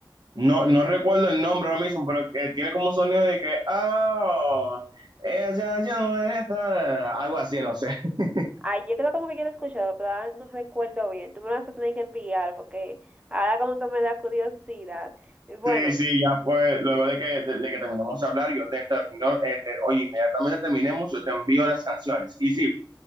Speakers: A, on the right (about 55°); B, on the right (about 15°).
A: no, no recuerdo el nombre ahora mismo, pero eh, tiene como un sonido de que, ah, ella ya está", algo así, no sé. <laughs>
B: Ay, yo creo como que yo la he escuchado, pero ahora no recuerdo bien. Tú me vas a tener que enviar porque ahora como que me da curiosidad. Y Bueno,
A: Sí, sí, ya pues, luego de que, de, de que terminemos de hablar, yo te termino, eh, te- oye, inmediatamente terminemos, yo te envío las canciones. Y sí,